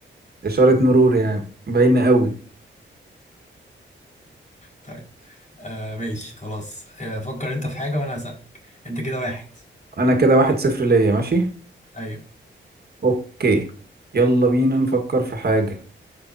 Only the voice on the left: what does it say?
طيب آه ماشي خلاص آه فكر انت في حاجة وانا هسألك انت كده واحد
ايوه